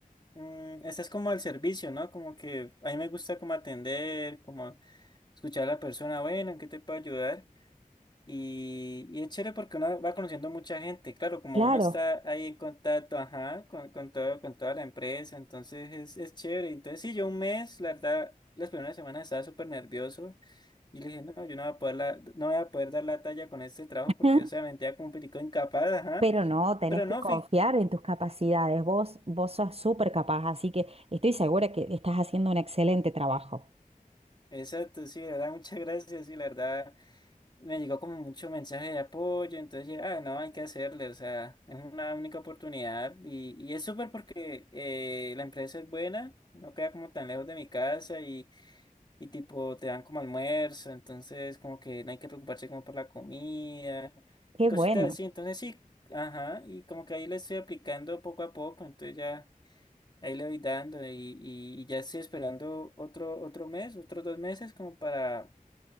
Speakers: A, on the left; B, on the right.
A: Mm, este es como al servicio, ¿no? Como que a mí me gusta como atender, como escuchar a la persona, bueno, ¿en qué te puedo ayudar? Y, y es chévere porque uno va conociendo mucha gente, claro, como
B: claro.
A: uno está ahí en contacto, ajá, con, con todo, con toda la empresa, entonces es, es chévere. Entonces sí, yo un mes, la verdad, las primeras semanas estaba súper nervioso y le dije, no, yo no voy a poder, la- no voy a poder dar la talla con este trabajo
B: <laughs>
A: porque, o sea, me sentía como un poquito incapaz, ajá.
B: Pero no, tenés
A: Pero
B: que
A: no,
B: confiar
A: fui.
B: en tus capacidades. Vos, vos sos súper capaz, así que estoy segura que estás haciendo un excelente trabajo.
A: Exacto, sí, la verdad, <laughs> muchas gracias, sí, la verdad. me llegó como mucho mensaje de apoyo, entonces dije, ah, no, hay que hacerle, o sea, es una única oportunidad y, y es súper porque eh, la empresa es buena, no queda como tan lejos de mi casa y, y tipo te dan como almuerzo, entonces como que no hay que preocuparse como por la comida
B: Qué
A: y cositas
B: bueno,
A: así, entonces sí, ajá, y como que ahí le estoy aplicando poco a poco, entonces ya ahí le voy dando y, y, y ya estoy esperando otro, otro mes, otros dos meses como para